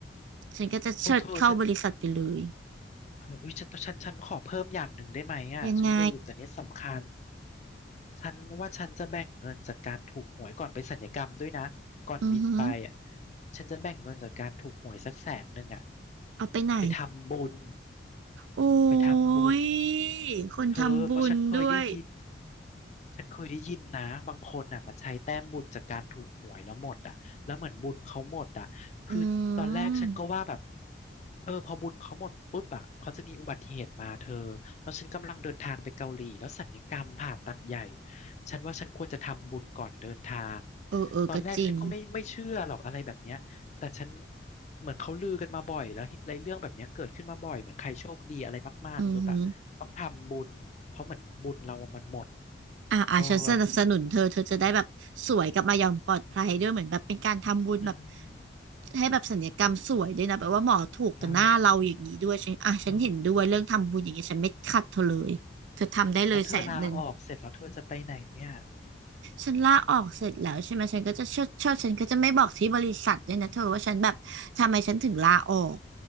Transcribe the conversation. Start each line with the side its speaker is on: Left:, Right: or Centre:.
Right: ฉันก็จะเชิดเข้าบริษัทไปเลย
Left: โอ้เธอฉัน เอออุ๊ยฉันฉันฉันขอเพิ่มอย่างหนึ่งได้ไหมอ่ะฉันลืมแต่เนี้ยสำคัญ
Right: ยังไง
Left: ฉันว่าฉันจะแบ่งเงินจากการถูกหวยก่อนไปสัญญกรรมด้วยนะก่อนบินไปอ่ะ
Right: อือหือ
Left: ฉันจะแบ่งเงินจากการถูกหวยสักแสนหนึ่งอ่ะ
Right: เอาไปไหน
Left: ไปทำบุญ
Right: โอ้
Left: ไปทำบุญ
Right: ยคนทำบุญด้วย
Left: เธอเพราะฉันเคยได้ยินฉันเคยได้ยินนะบางคนอ่ะมันใช้แต้มบุญจากการถูกหวยแล้วหมดอ่ะแล้วเหมือนบุญเขาหมดอ่ะ คือตอนแรกฉันก็ว่าแบบ
Right: อืม
Left: เออพอบุญเขาหมดปุ๊บอ่ะเขาจะมีอุบัติเหตุมาเธอแล้วฉันกำลังเดินทางไปเกาหลีแล้วสัลยกรรมผ่าตัดใหญ่ฉันว่าฉันควรจะทำบุญก่อนเดินทาง
Right: เออเออก็จริง
Left: ตอนแรกฉันก็ไม่ไม่เชื่อหรอกอะไรแบบเนี้ยแต่ฉันเหมือนเขาลือกันมาบ่อยแล้วอะไรเรื่องแบบเนี้ยเกิดขึ้นมาบ่อยเหมือนใครโชคดีอะไรมากๆปุ๊บอ่ะต้องทำบุญเพราะเหมือนบุญเราอะมันหมด
Right: อือหืออ่าอ่าฉันสนับสนุนเธอเธอจะได้แบบสวยกลับมาอย่างปลอดภัยด้วยเหมือนแบบเป็นการทำบุญแบบ
Left: เอออืม
Right: ให้แบบศัลยกรรมสวยด้วยนะแบบว่าหมอถูกกับหน้าเราอย่างนี้ด้วยฉันอ่ะฉันเห็นด้วยเรื่องทำบุญอย่างเงี้ยฉันไม่ขัดเธอเลยเธอทำได้เลยแสนหนึ่ง
Left: ใช่อ๋อแล้วเธอลาออกเสร็จแล้วเธอจะไปไหนเนี่ย
Right: ฉันลาออกเสร็จแล้วใช่ไหมฉันก็จะเชิดเชิดฉันก็จะไม่บอกที่บริษัทด้วยนะเธอว่าฉันแบบทำไมฉันถึงลาออก